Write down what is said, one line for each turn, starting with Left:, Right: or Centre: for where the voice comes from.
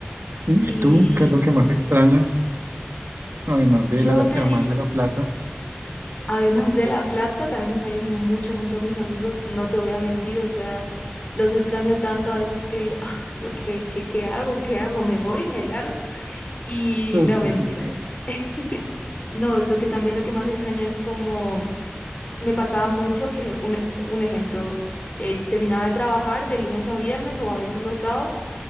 Right: ¿Y
Left: Y
Right: y tú qué es lo que más extrañas, además
Left: yo
Right: de la,
Left: te
Right: además
Left: diría...
Right: de la plata?
Left: Además de la plata, también extraño mucho, mucho a mis amigos, no te voy a mentir, o sea, los extraño tanto a veces que digo, ah, ¿yo qué, qué, qué hago? ¿Qué hago? ¿Me voy? ¿Me largo? Y
Right: Uf,
Left: no,
Right: sí,
Left: mentira.
Right: sí, eh,
Left: <laughs> No, lo que también lo que más extraño es como me pasaba mucho que un, un ejemplo, eh, terminaba de trabajar de lunes a viernes o a veces los sábados